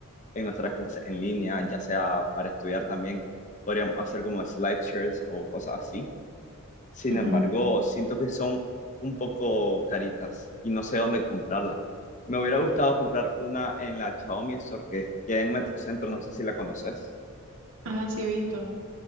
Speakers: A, on the left; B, on the right.
A: en nuestras clases en línea, ya sea para estudiar también, podríamos hacer como slideshows o cosas así. Sin
B: Ujú.
A: embargo, siento que son un poco caritas y no sé dónde comprarla. Me hubiera gustado comprar una en la Xiaomi Store que queda en Metrocentro, no sé si la conoces.
B: Ajá, sí, he visto.